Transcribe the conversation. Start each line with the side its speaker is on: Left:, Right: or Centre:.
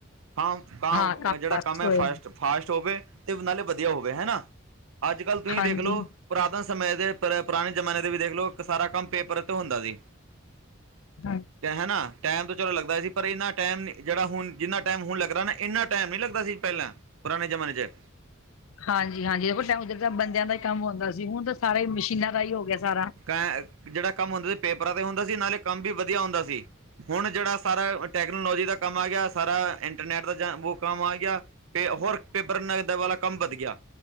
Right: ਕਾਵ-ਕਾਵ
Left: ਹਾਂ
Right: ਜਿਹੜਾ
Left: ਬਸ
Right: ਕੰਮ ਹੈ
Left: ਹੋਏ
Right: ਫਾਸਟ ਫਾਸਟ ਹੋਵੇ ਤੇ ਨਾਲੇ ਵਧੀਆ ਹੋਵੇ ਹੈਨਾ ਅੱਜ ਕੱਲ੍ਹ ਤੁਸੀਂ
Left: ਹਾਂਜੀ
Right: ਦੇਖ ਲਓ ਪੁਰਾਤਨ ਸਮੇਂ ਦੇ ਪਰ ਪੁਰਾਣੇ ਜਮਾਨੇ ਦੇ ਵੀ ਦੇਖ ਲੋ ਸਾਰਾ ਕੰਮ ਪੇਪਰ ਤੋਂ ਹੁੰਦਾ ਸੀ।
Left: ਹਾਂ।
Right: ਤੇ ਹੈਨਾ ਟੈਮ ਤੇ ਚਲੋ ਲੱਗਦਾ ਸੀ ਪਰ ਇਹਨਾ ਟੈਮ ਜਿਹੜਾ ਹੁਣ ਜਿੰਨਾ ਟੈਮ ਹੁਣ ਲੱਗਦਾ ਨਾ ਇੰਨਾ ਟੈਮ ਨੀ ਲੱਗਦਾ ਸੀ ਪਹਿਲਾਂ ਪੁਰਾਣੇ ਜ਼ਮਾਨੇ ਚ।
Left: ਹਾਂਜੀ-ਹਾਂਜੀ ਦੇਖੋ <unintelligible> ਤਾਂ ਬੰਦਿਆਂ ਦਾ ਹੀ ਕੰਮ ਆਉਂਦਾ ਸੀ ਹੁਣ ਤਾਂ ਸਾਰੇ ਮਸ਼ੀਨਾਂ ਦਾ ਹੀ ਹੋ ਗਿਆ ਸਾਰਾ।
Right: ਕ ਜਿਹੜਾ ਕੰਮ ਹੁੰਦਾ ਸੀ ਪੇਪਰਾਂ ਤੇ ਹੁੰਦਾ ਸੀ ਨਾਲੇ ਕੰਮ ਵੀ ਵਧੀਆ ਹੁੰਦਾ ਸੀ। ਹੁਣ ਜਿਹੜਾ ਸਾਰਾ ਟੈਕਨੋਲੋਜੀ ਦਾ ਕੰਮ ਆ ਗਿਆ ਸਾਰਾ ਇੰਟਰਨੈਟ ਦਾ ਉਹ ਕੰਮ ਆ ਗਿਆ। ਪੇ ਹੋਰ ਪੇਪਰ ਵਾਲਾ ਕੰਮ ਵੱਧ ਗਿਆ